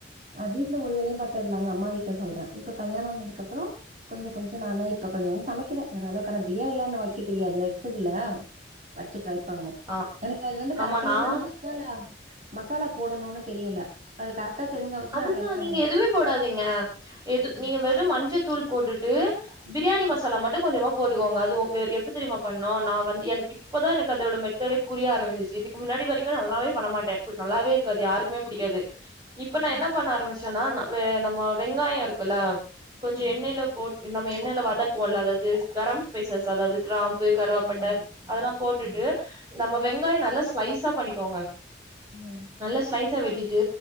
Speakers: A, on the right; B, on the right.
A: அ வீட்ல ஒரு வேலையு பாக்கறது இல்ல அங்க அம்மா வீட்ல சொல்ற இப்ப கல்யணோ ஆனதுக்கப்புறோ கொஞ்சோ கொஞ்சோ நானா இப்ப கொஞ்சோன் சமைக்கிற ஓரளவுக்கு ஆனா பிரியாணிலா இன்னோ வெக்க தெரியாது வெச்சதுல்ல வெச்சு ட்ரை பண்ணணோ
B: ஆ
A: எனக்கு அது வந்து
B: ஆமா
A: கரெக்டா
B: நானு
A: என்னென்ன மசாலா மசாலா போடணோனு தெரியுல அது கரெக் டா தெரிஞ்சா வச்சு
B: அதுதா
A: நா ட்ரை பண்ணுவே
B: நீங்க எதுமே போடாதீங்க எது
A: ம்
B: நீங்க வெறு மஞ்சத்தூள் போட்டுட்டு பிரியாணி
A: ம்
B: மசாலா மட்டு கொஞ்சமா போட்டுக்கோங்க அதுவு வேறு எப்புடி தெரியுமா பண்ணோ நா வந்து எனக்கு இப் இப்பதா எனக்கு அதோட மெத்தடே புரிய ஆரம்பிச்சுச்சு இதுக்கு முன்னாடி வரைக்கோ நல்லாவே பண்ண மாட்டே நல்லாவே இருக்காது யாருக் எதுமே பிடிக்காது இப்போ
A: ம்
B: நா என்ன பண்ண ஆரம்பிச்சேனா வெ நம்ம வெங்காயோ இருக்குல கொஞ்சோ
A: ஆமா
B: எண்ணெய்ல போட் நம்ம எண்ணெய்ல வதக்குவோல அதாவது கரம் ஸ்பைசஸ் அதாவது கிராம் ப்ளெய்ன் கருவாப்பட்ட
A: ஆமா எல்லாமே
B: அதெல்லா போட்டுட்டு
A: அ
B: நம்ம வெங்காயோ நல்லா ஸ்லைஸா பண்ணிக்கோங்க
A: ம்
B: நல்லா ஸ்லைஸா வெட்டிட்டு